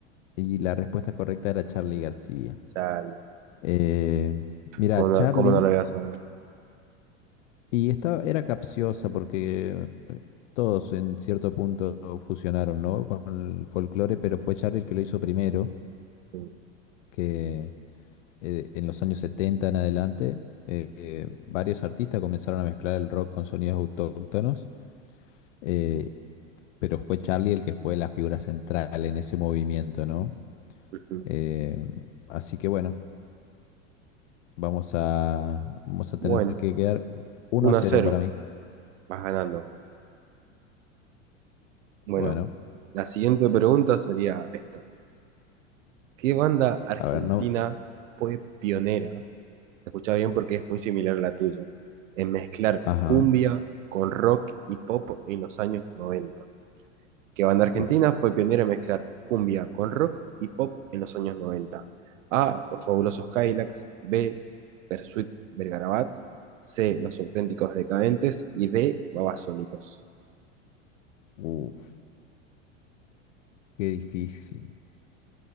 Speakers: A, on the left; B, on the right.
A: y la respuesta correcta era Charly García.
B: Ya,
A: Eh, mira,
B: ¿cómo no,
A: Charly,
B: cómo no lo voy a saber?
A: y esta era capciosa porque todos en cierto punto fusionaron, ¿no? Con el folclore, pero fue Charly el que lo hizo primero,
B: Sí,
A: que eh, en los años 70 en adelante, eh, eh, varios artistas comenzaron a mezclar el rock con sonidos autóctonos, eh, pero fue Charlie el que fue la figura central en ese movimiento, ¿no?
B: ujú.
A: Eh, así que bueno, vamos a, vamos a
B: Bueno,
A: tener que quedar uno
B: uno
A: a cero
B: a cero,
A: para mí.
B: vas ganando. Bueno,
A: Bueno,
B: la siguiente pregunta sería esta. ¿Qué banda argentina
A: a ver, no.
B: fue pionera? escucha bien porque es muy similar a la tuya, en mezclar
A: Ajá.
B: cumbia con rock y pop en los años 90. Que banda argentina
A: Uf,
B: fue pionera en mezclar cumbia con rock y pop en los años 90? A. Los fabulosos Cadillacs. B. Persuit Vergarabat. C. Los auténticos decadentes. Y D. Babasónicos.
A: uf, qué difícil.